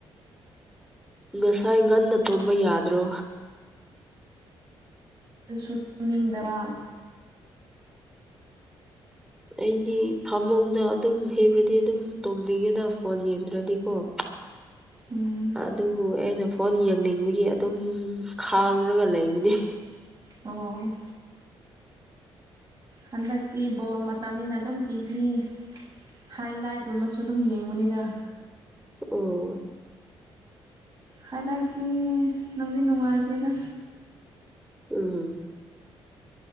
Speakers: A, in the centre; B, on the right.
A: ꯉꯁꯥꯏ ꯉꯟꯅ ꯇꯨꯝꯕ ꯌꯥꯗ꯭ꯔꯣ
B: ꯑꯗꯨꯁꯨ ꯇꯨꯝꯅꯤꯡꯗꯕ
A: ꯑꯩꯗꯤ ꯐꯃꯨꯡꯗ ꯑꯗꯨꯝ ꯍꯦꯟꯕꯗꯤ ꯑꯗꯨꯝ ꯇꯣꯡꯝꯕꯤꯒꯦꯗ ꯐꯣꯟ ꯌꯦꯡꯗ꯭ꯔꯗꯤꯀꯣ <unintelligible>
B: ꯎꯝ
A: ꯑꯗꯨꯕꯨ ꯑꯩꯅ ꯐꯣꯟ ꯌꯦꯡꯅꯤꯡꯕꯒꯤ ꯑꯗꯨꯝ ꯈꯥꯡꯔꯒ ꯂꯩꯕꯅꯤ
B: ꯑꯣ ꯍꯟꯗꯛꯇꯤ ꯕꯣꯜ ꯃꯇꯝꯅꯤꯅ ꯑꯗꯨꯝ ꯇꯤꯚꯤ ꯍꯥꯏꯂꯥꯏꯠꯀꯨꯝꯕꯁꯨ ꯑꯗꯨꯝ ꯌꯦꯡꯕꯅꯤꯗ
A: ꯑꯣ
B: ꯍꯥꯏ ꯂꯇ ꯅꯪꯗꯤ ꯅꯨꯡꯉꯥꯏꯇꯦꯗ
A: ꯑꯝ